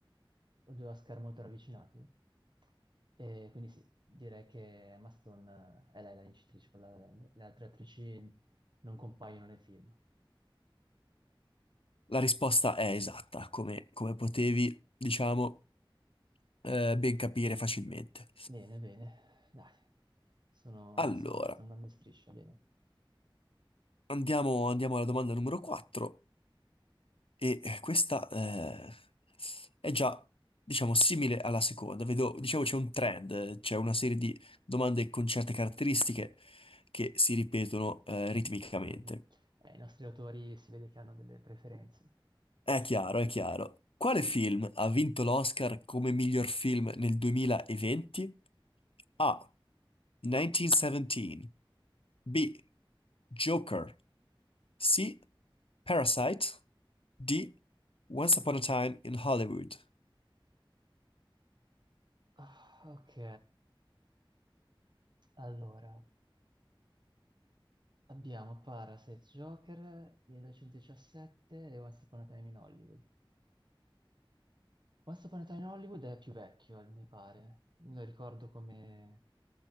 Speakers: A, on the right; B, on the left.
A: o due Oscar molto ravvicinati. E quindi sì, direi che Emma Stone eh, è lei la vincitrice con La La Land, le altre attrici non compaiono nel film.
B: La risposta è esatta, come, come potevi, diciamo, eh, ben capire facilmente.
A: Bene, bene, dai, sono,
B: Allora,
A: sono- sto andando in striscia, bene.
B: andiamo, andiamo alla domanda numero 4 e eh, questa eh, è già, diciamo, simile alla seconda. Vedo, diciamo, c'è un trend, eh, c'è una serie di domande con certe caratteristiche che si ripetono eh, ritmicamente.
A: Mhm. Eh, i nostri autori si vede che hanno delle preferenze.
B: È chiaro, è chiaro. Quale film ha vinto l'Oscar come miglior film nel 2020? A. 1917 B. Joker C. Parasite D. Once Upon a Time in Hollywood
A: Ah, ok, allora, abbiamo Parasite Joker 1917 e Once Upon a Time in Hollywood. Once Upon a Time in Hollywood è più vecchio, al- mi pare. Lo ricordo come